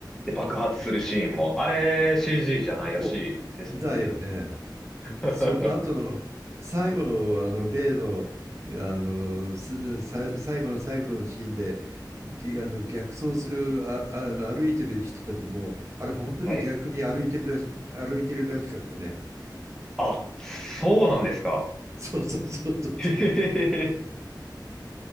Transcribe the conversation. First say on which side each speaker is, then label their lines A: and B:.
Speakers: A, in the centre; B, on the right.
A: で、爆発するシーンも、あれ CG じゃないらしいですもんね。
B: ほ、だよね。
A: <laughs>
B: それと、あとの、最後の、あの、例の、あの、すさ、最後の最後のシーンで、ぎあの、逆走する、あ、あの、歩いてる人たちも、あれ、本当に逆に歩いてるらし、
A: はい。
B: 歩いてるらしかったね。
A: あ、そうなんですか。
B: そうそうそうそ
A: へへへへ。